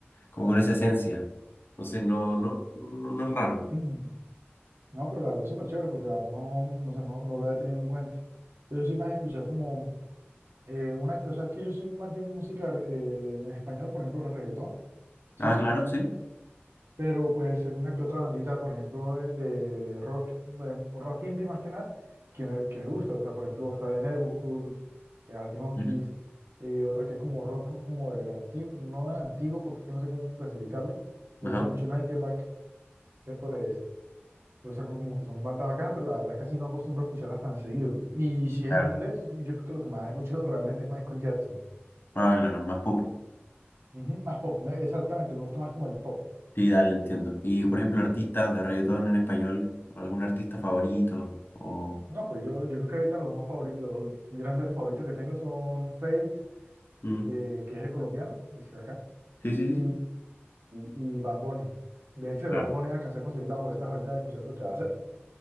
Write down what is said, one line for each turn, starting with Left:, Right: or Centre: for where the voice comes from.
Left: como con esa esencia. Entonces no,
Right: No.
Left: no, no, no es raro.
Right: <clears throat> No, pero la verdad es súper chévere porque la verdad no, no, sé, no, no lo había tenido en cuenta. Yo soy más de escuchar como eh, una cosa es que yo soy más de música eh, en español, por ejemplo, reggaetón, ¿sí?
Left: Ah, claro, sí.
Right: Pero pues hay una que otra bandita, por ejemplo, eh, de rock, eh, rock indie más que nada, que me, que me gusta. O sea, por ejemplo, está The Neighborhood, de Arctic Monkeys,
Left: Ujú.
Right: eh, otra que es como rock como del antiguo, no del antiguo porque es que no sé cómo clasificarlo. Me
Left: Ajá.
Right: gusta mucho Nickelback, después Pues saco como que son bandas bacanas, pero la verdad casi no acostumbro a escucharlas tan seguido. Y si es
Left: Claro.
Right: en inglés, yo creo que lo que más he escuchado <laughs> realmente es Michael Jackson.
Left: Ah, claro, más pop.
Right: Ujú, más pop, me- exactamente, me gusta más como el pop.
Left: Sí, dale, entiendo. Y por ejemplo, artistas de reggaetón en español, algún artista favorito o.
Right: No, pues yo, yo creo que ahorita los más favoritos, los grandes favoritos que tengo son Fate,
Left: Mm.
Right: eh, que es el colombiano, pues sí, de acá,
Left: Sí, sí,
Right: y,
Left: sí.
Right: y Bad Bunny. De hecho, de
Left: Claro.
Right: Bad Bunny alcancé a conseguir las boletas ahorita del concierto que va a hacer.